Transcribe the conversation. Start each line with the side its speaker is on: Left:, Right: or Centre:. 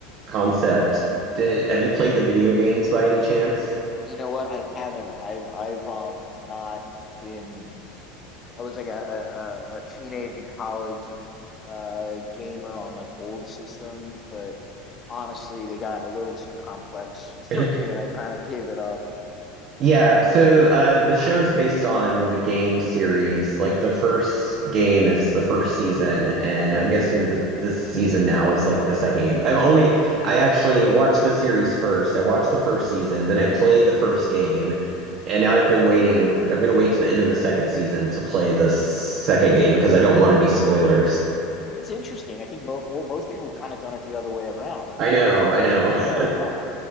Right: concept. Did, have you played the video games by any chance?
Left: You know what? I haven't. I've I've um not been. I was like a a, a a teenage and college uh gamer on like old systems, but honestly, they got a little too complex
Right: <laughs>
Left: for me, and I kind of gave it up.
Right: Yeah, so uh, the show is based on the game series. Like the first game is the first season, and
Left: Right.
Right: I'm guessing that this season now is like the second game. I've only, I actually watched the series first. I watched the first season, then I played the first game, and now I've been waiting. I'm gonna wait to the end of the second season to play the second game because I don't want any spoilers.
Left: That's interesting. I think mo mo most people kind of done it the other way around, right?
Right: I know,
Left: At this point,
Right: I know.
Left: yeah.
Right: <laughs>
Left: No, I,